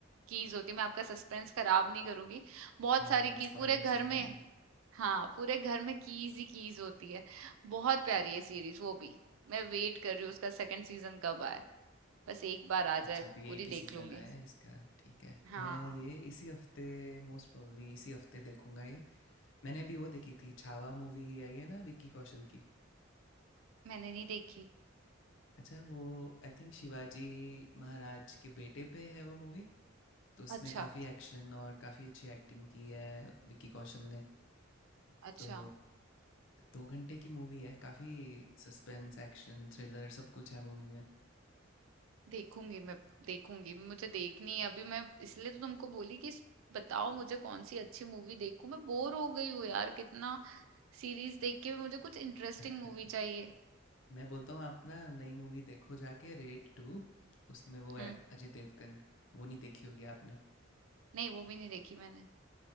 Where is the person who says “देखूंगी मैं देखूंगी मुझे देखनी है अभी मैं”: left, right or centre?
Right